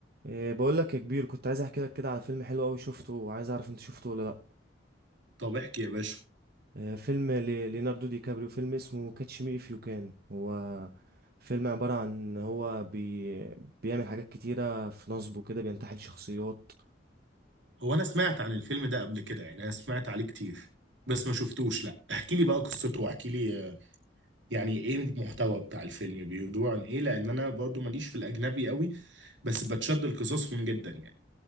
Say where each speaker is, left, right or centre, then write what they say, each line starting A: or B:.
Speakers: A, on the right (about 55°); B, on the right (about 80°).
A: إيه بقول لك يا كبير كنت عايز احكي لك كده على فيلم حلو قوي شفته وعايز اعرف انت شفته ولا لا
B: طب احكي يا باشا
A: إيه فيلم ل- ليوناردو دي كابريو فيلم اسمه كاتش مي اف يو كان هو فيلم عبارة عن هو بي بيعمل حاجات كتيرة في نصبه كده بينتحل شخصيات
B: هو انا سمعت عن الفيلم ده قبل كده يعني انا سمعت عليه كتير بس ما شفتوش لا احكي لي بقى قصته واحكي لي آه، يعني ايه المحتوى بتاع الفيلم بيدور عن ايه لان انا برضو ماليش في الاجنبي قوي بس بتشد لقصصهم جدا يعني